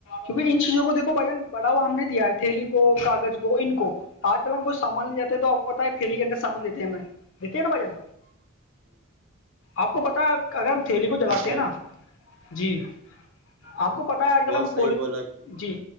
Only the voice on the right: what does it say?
ہوں
جی
نے
نے بہت
صحیح
بولا کہ